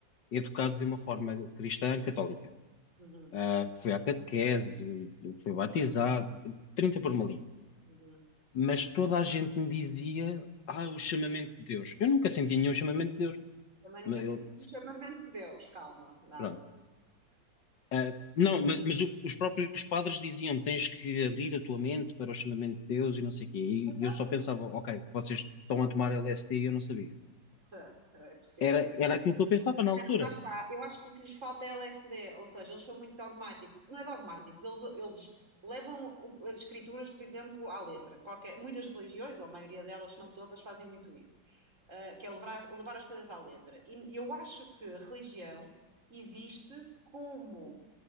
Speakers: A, on the left (about 75°); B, on the right (about 40°).
A: educado de uma forma cristã católica.
B: Uhum,
A: Ah, fui à catequese, fui batizado, 30 por uma linha.
B: uhum.
A: mas toda a gente me dizia, ah, o chamamento de Deus. Eu nunca senti nenhum chamamento de Deus.
B: Também nunca
A: Mas
B: sei
A: eu-
B: se um chamamento de Deus, calma, nada.
A: pronto. Ah, não, mas, mas o- os próprios padres diziam, tens que abrir a tua mente para o chamamento de Deus e não sei o quê. E,
B: Mas
A: e
B: há
A: eu só
B: só
A: pensava, ok, vocês estão a tomar LSD e eu não sabia.
B: partes. É possi-
A: Era, era aquilo que eu pensava na altura.
B: Não, lá está. Eu acho que o que lhes falta é LSD, ou seja, eles são muito dogmáticos. Não é dogmáticos, eles, eles levam o- as escrituras, por exemplo, à letra. Qualquer, muitas religiões, ou a maioria delas, se não todas, fazem muito isso, ah, que é levar, levar as coisas à letra. E eu acho que a religião existe como